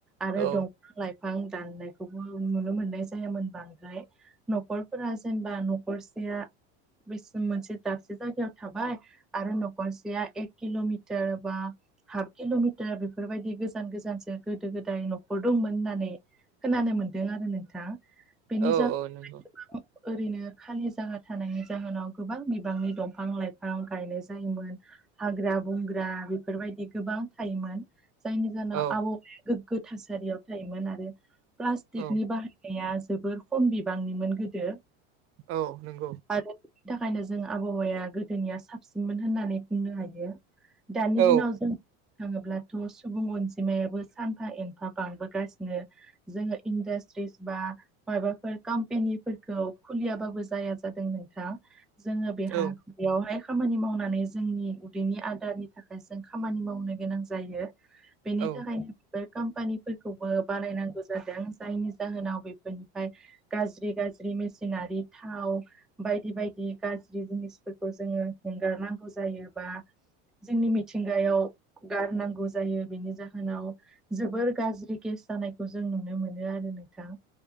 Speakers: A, in the centre; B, on the right.
A: आरो
B: औ
A: दं बिफां लाइफां दाननायखौबो नुनो मोननाय जायामोन बांद्राय न'खरफोरा जेनेबा न'खरसेया बे मोनसे दाबसे जायगायाव थाबा आरो न'खरसेया एक किल'मिटार बा हाफ किल'मिटार बेफोर बायदि गोजान गोजानसो गोदो गोदाय न'खर दंमोन होननानै खोनानो मोनदों आरो नोंथां बेनि
B: औ
A: जाउन
B: औ नंगौ
A: ओरैनो खालि जायगा थानायनि जाहोनाव गोबां बिबांनि दंफां लाइफां गायनाय जायोमोन हाग्रा बंग्रा बेफोर बायदि गोबां थायोमोन जायनि जाहोनाव
B: औ
A: आबहावाया गोग्गो थासारियाव थायोमोन आरो प्लास्टिकनि
B: औ
A: बाहाय निया जोबोर खम बिबांनिमोन गोदो
B: औ नंगौ
A: आरो बिनि थाखायनो जों आबहावाया गोदोनिया साबसिनमोन होननानै बुंनो हायो दानि
B: औ
A: दिनाव जों बुं थाङोब्लाथ' सुबुं अनजिमायाबो सानफा एनफा बांबो गासिनो जोङो इन्डास्ट्रिस बा मायबाफोर कम्पनिफोरखौ खुलियाबाबो जाया जादों नोंथां जोङो बेहा
B: औ
A: बेयावहाय खामानि मावनानै जोंनि उदैनि आदारनि थाख थाखाय जों खामानि मावनो गोनां जायो बेनि
B: औ
A: थाखायनो बेफोर कम्पानिफोर खौबो बानाय नांगौ जादों जायनि जाहोनाव बेफोरनिफ्राय गाज्रि गाज्रि मेसिनारि थाव बायदि बायदि गाज्रि जिनिसफोरखौ जोङो एंगारनांगौ जायोबा जोंनि मिथिंगायाव गारनांगौ जायो बेनि जाहोनाव जोबोर गाज्रि ज्रि गेस जानायखौ जों नुनो मोनो आरो नोंथां